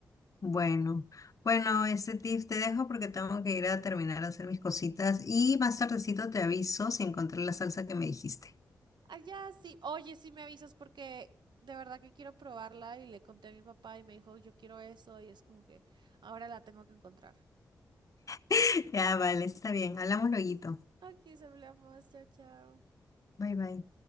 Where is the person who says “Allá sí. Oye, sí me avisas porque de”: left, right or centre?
Right